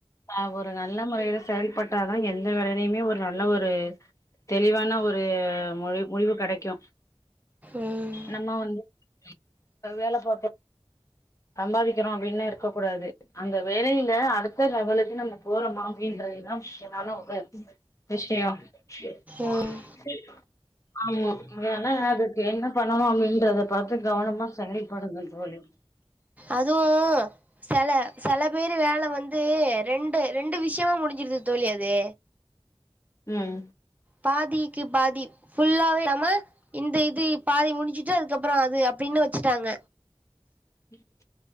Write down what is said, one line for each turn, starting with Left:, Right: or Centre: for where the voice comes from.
Left: ஆ ஒரு நல்ல முறையில செயல்பட்டாதா எந்த வேலையிலுமே ஒரு நல்ல ஒரு தெளிவான ஒரு முடி முடிவு கெடைக்கு
Right: ம்
Left: நம்ம வந்து <inaudible> அ வேல பாக்க சம்பாதிக்கிறோ அப்டின்னே இருக்கக்கூடாது அந்த வேலையில அடுத்த லெவலுக்கு நம்ம போறோமா அப்டிங்குறதுதா முக்கியமான ஒரு விஷியோ <unintelligible>
Right: ம்
Left: ஆமா னா அ என்ன பண்ணணும் அப்படின்றத பார்த்து கவனமா செயல்படுங்க தோழி
Right: அதுவும் சில சில பேரு வேலை வந்து ரெண்டு ரெண்டு விஷயமா முடிஞ்சிருது தோழி அது
Left: உம்
Right: பாதிக்கு பாதி ஃபுல்லாவே இல்லாம இந்த இது பாதி முடிஞச்சுட்டு அதுக்கப்புறம் அது அப்படின்னு வச்சுட்டாங்க
Left: <unintelligible>